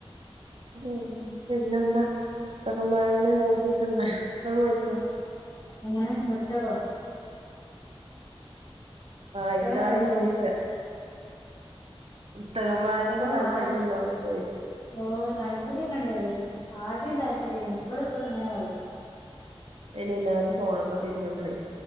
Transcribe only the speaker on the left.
എങ്ങനെ പുസ്തകൊ
പുസ്തകം വായിക്കാണ്
ഓ
വായി
ഓ താല്പര്യംക്കെണ്ട് വ ആദ്യം താല്പര്യല്ലേനി ഇപ്പള് ഇപ്പള് ഇങ്ങനെ വായിക്കു